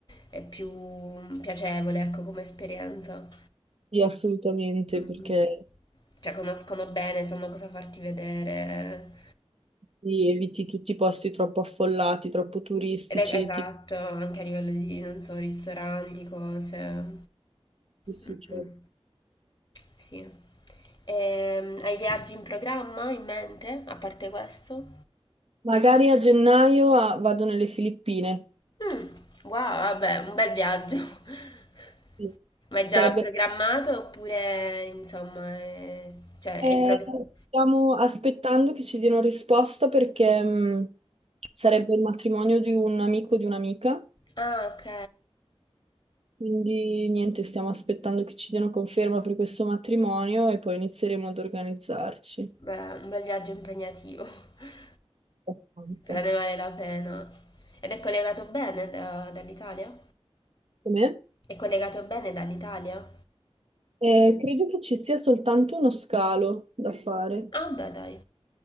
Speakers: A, on the left; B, on the right.
A: è più piacevole, ecco, come esperienza.
B: sì, assolutamente,
A: Mm,
B: perché
A: mm. Cioè conoscono bene, sanno cosa farti vedere.
B: lì eviti tutti i posti troppo affollati, troppo turistici.
A: Ed è- Esatto,
B: ti-
A: anche a livello di, non so, ristoranti, cose.
B: sì,
A: Mm-mm.
B: cioè.
A: Sì. Ehm, hai viaggi in programma in mente, a parte questo?
B: Magari a gennaio ah, vado nelle Filippine.
A: Mm, wow, vabbè, un bel viaggio. <laughs>
B: Sì.
A: Ma è già
B: Sarebbe...
A: programmato oppure, insomma, è... cioè
B: eh,
A: è in programma?
B: stiamo aspettando che ci diano risposta perché mh, sarebbe il matrimonio di un amico e di un'amica.
A: Ah, ok.
B: Quindi niente, stiamo aspettando che ci diano conferma per questo matrimonio e poi inizieremo ad organizzarci.
A: Beh, un bel viaggio impegnativo, <laughs>
B: abbastanza.
A: però ne vale la pena. Ed è collegato bene da- dall'Italia?
B: Com'è?
A: È collegato bene dall'Italia?
B: Eh, credo che ci sia soltanto uno scalo da fare.
A: Ah, beh, dai.